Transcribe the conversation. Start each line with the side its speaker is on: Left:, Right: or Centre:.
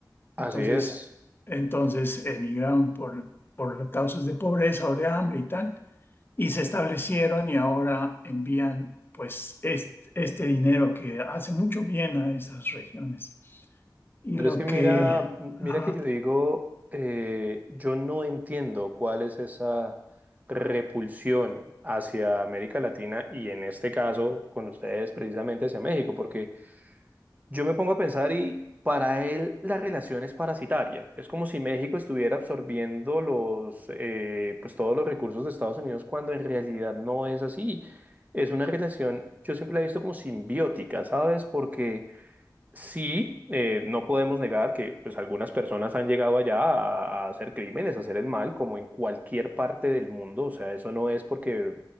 Right: Así
Left: Entonces,
Right: es.
Left: entonces emigraron por, por causas de pobreza o de hambre y tal y se establecieron y ahora envían pues est- este dinero que hace mucho bien a esas regiones. Y
Right: Pero
Left: lo
Right: es que
Left: que...
Right: mira, mira
Left: ajá.
Right: que yo digo, eh, yo no entiendo cuál es esa repulsión hacia América Latina y en este caso con ustedes precisamente hacia México, porque Yo me pongo a pensar y para él la relación es parasitaria. Es como si México estuviera absorbiendo los, eh, pues todos los recursos de Estados Unidos cuando en realidad no es así. Es una relación, yo siempre la he visto como simbiótica, ¿sabes? Porque sí, eh, no podemos negar que pues algunas personas han llegado allá a, a hacer crímenes, a hacer el mal, como en cualquier parte del mundo. O sea, eso no es porque